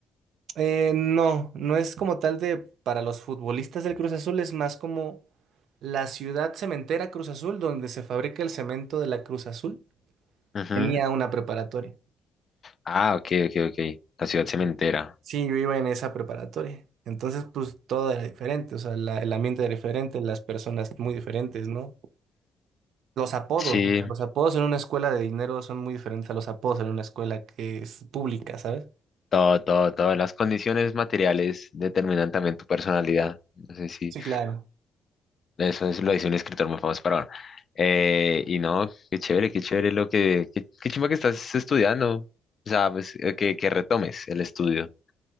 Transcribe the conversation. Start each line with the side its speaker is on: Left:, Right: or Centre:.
Right: Eh, no, no es como tal de para los futbolistas del Cruz Azul, es más como la ciudad cementera Cruz Azul, donde se fabrica el cemento de la Cruz Azul.
Left: Ujú.
Right: Tenía una preparatoria.
Left: Ah, ok, ok, ok. La ciudad
Right: Ujú.
Left: cementera.
Right: Sí, yo iba en esa preparatoria. Entonces, pues todo era diferente, o sea, la- el ambiente era diferente, las personas muy diferentes, ¿no? Los apodos,
Left: Sí,
Right: o sea, los apodos en una escuela de dinero son muy diferentes a los apodos en una escuela que es pública, ¿sabes?
Left: todo, todo, todas las condiciones materiales determinan también tu personalidad. No sé si
Right: Sí, claro.
Left: eso es, lo dice un escritor muy famoso para ahora. Eh, y no, qué chévere, qué chévere lo que, qué, qué chimba que estás estudiando. O sea, pues, eh, que, que retomes el estudio.